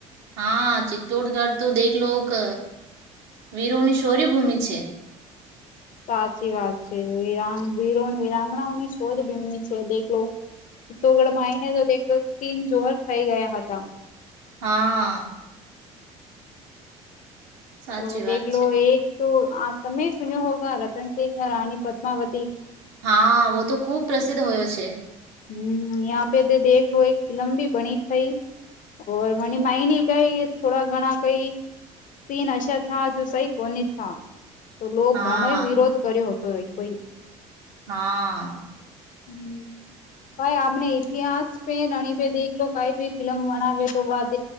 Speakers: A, on the right (about 70°); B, on the left (about 50°).
A: હા! ચિત્તોડગઢ તો દેખલોક વીરોની શૌર્યભૂમિ છે.
B: સાચી વાત છે. વિ રાંગણાઓની શોજ ભીમની છે દેખલો. તોગડ માઈને તો સીન જોહર થઈ ગયા હતા.
A: હા! સાચી
B: ઓ દેખલો,
A: વાત છે
B: લો એક તો આ તમે સુન્યો હોગ રતનસિંહ રાણી પદ્માવતી.
A: હા! વતો ખુબ પ્રસિદ્ધ હોયો છે.
B: હમ યહા પે તો દેખ લો, એક ફિલ્મ ભી બની થઈ. ઓર મની માઇની કઈ, થોડા ઘણા કઈ. સીન અશા થા જો સહી કોને થા. તો લોકો
A: હા
B: ઘણોય વિરોધ કર્યો હતો એ કોઈ.
A: હા!
B: હમ! ભાઈ આપણે ઈતિહાસ રણી પે દેખ લો, કઈ ભી ફિલ્લમ બનાવે તો દ.